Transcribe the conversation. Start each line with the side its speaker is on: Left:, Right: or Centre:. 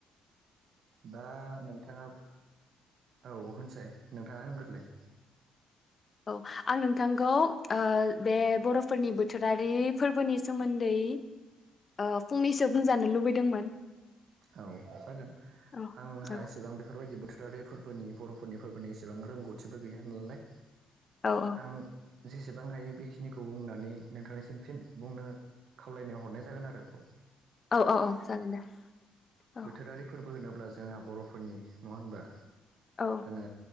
Right: दा नोंथाङा औ होनसै नोंथाङा होनग्रोलाय।
Left: औ आं नोंथांखौ ओ बे बर'फोरनि बोथोरारि फोरबोनि सोमोन्दै ओ फंनैसो बुंजानो लुबैदोंमोन।
Right: औ जागोन
Left: औ
Right: आंहा
Left: औ
Right: एसेबां बेफोरबायदि बोथोर <unintelligible> फोरबोनि बर'फोरनि फोरबोनि एसेबां रोंगौथिबो गैया नालाय।
Left: औ-औ।
Right: आं जेसेबां हायो बेखिनिखौ बुंनानै नोंथांनिसिम फिन बुंनो खावलायनायाव हरनाय जागोन आरो बेखौ।
Left: औ औ औ जागोन दे। औ
Right: बोथोरारि फोरबो होनोब्ला जोंहा बर'फोरनि नङा होनबा।
Left: औ।
Right: नों